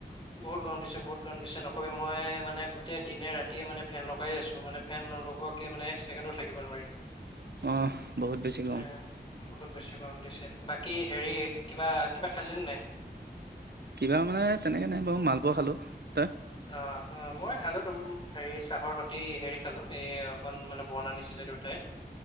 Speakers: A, on the left; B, on the right.
A: বহুত গৰম দিছে, বহুত গৰম দিছে, নক কৈ মই মানে গোটেই দিনে-ৰাতিয়ে মানে ফেন লগায়ে আছোঁ, মানে ফেন নলগোৱাকে মানে এক ছেকেণ্ডো থাকিব নোৱাৰি।
B: অহ বহুত বেছি গৰম।
A: আহ বহুত বেছি গৰম দিছে, বাকী হেৰি কিবা, কিবা খালিলে নে নাই?
B: কিবা মানে তেনেকে নাই বাৰু মালপোৱা খালো, তই?
A: অ অ, মই খালো তুম হেৰি চাহৰ সতি হেৰি খালো, এই অকন মানে বৰ্ণ আনিছিলে দেউতাই।